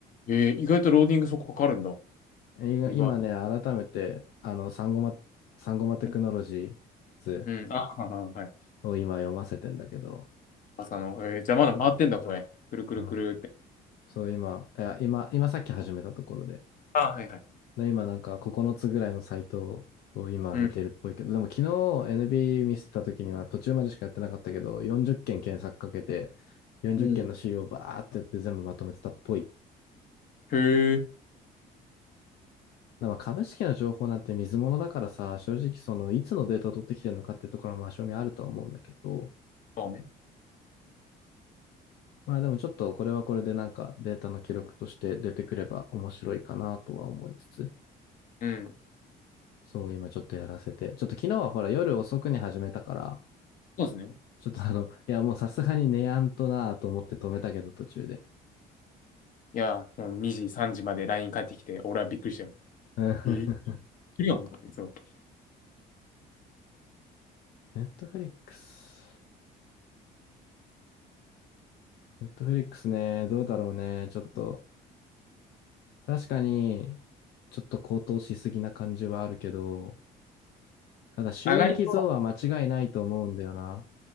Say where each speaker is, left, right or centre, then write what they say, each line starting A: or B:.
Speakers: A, on the left; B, on the left.
A: えー意外とローディングそこかかるんだ。
B: 今今ね、
A: 意外。
B: 改めて、あの、サンゴマ、サンゴマテクノロジーズ
A: うんうん。あ、<laughs> はい。
B: を今読ませてんだけど、
A: 朝の、えーじゃあまだ回ってんだ、これ。くるくるくるって。
B: うんそう、今、いや、今、今さっき始めたところで、
A: あ、はいはい。
B: で今なんか9つぐらいのサイトを今見てるっぽいけど、
A: うん。
B: でも昨日 NB 見せてた時には途中までしかやってなかったけど、40件検索かけて、40件の資料をバーってやって全部まとめてたっぽい。
A: うん。へえ。
B: まあ株式の情報なんて水物だからさ、正直そのいつのデータを取ってきてるのかっていうところはまあ正味あるとは思うんだけど、
A: そうね。
B: まあでもちょっとこれはこれでなんかデータの記録として出てくれば面白いかなとは思いつつ。
A: うん。
B: そう、今ちょっとやらせて。ちょっと昨日はほら夜遅くに始めたから、
A: そうですね。
B: ちょっとあの、いやもうさすがに寝やんとなぁと思って止めたけど途中で。
A: いやー、もう2時、3時まで LINE 返ってきて、俺はびっくりしたよ。
B: うん
A: えー、
B: <laughs>
A: 来るやんだって、そう。
B: ネットフリックス。ネットフリックスね、どうだろうね。ちょっと、確かに、ちょっと高騰しすぎな感じはあるけど、ただ収益増は間違いないと思うんだよな。
A: 上がりそう